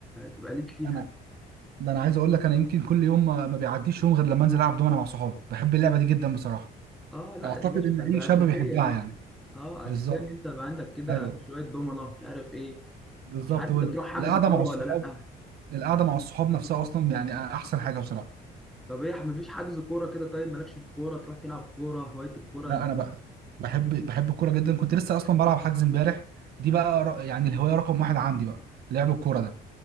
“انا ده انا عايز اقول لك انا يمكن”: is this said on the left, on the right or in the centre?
Right